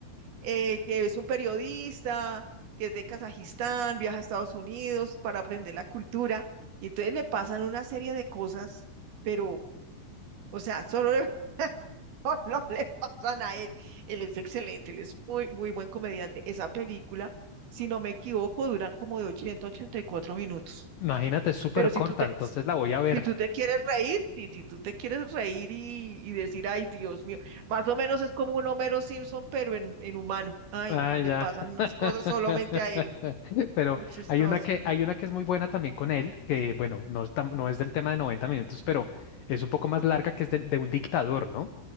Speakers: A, on the right; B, on the left.
A: Eh, que es un periodista que es de Kazajistán, viaja a Estados Unidos para aprender la cultura, y entonces le pasan una serie de cosas, pero, o sea, solo le, <laughs> solo le pasan a él. Él es excelente, él es muy, muy buen comediante. Esa película, si no me equivoco, dura como de 80 a 84 minutos.
B: Imagínate, es súper
A: Pero si
B: corta,
A: tú te,
B: entonces
A: si
B: la voy a ver.
A: si tú te quieres reír, si, si tú te quieres reír y, y decir, ay, Dios mío, más o menos es como un Homero Simpson, pero en, en humano. Ay,
B: Ah,
A: no le
B: ya.
A: pasan
B: <laughs>
A: unas cosas solamente a él.
B: Pero
A: Muy chistoso.
B: hay una que, hay una que es muy buena también con él, que bueno, no es, tam- no es del tema de 90 minutos, pero es un poco más larga, que es del- de, un dictador, ¿no?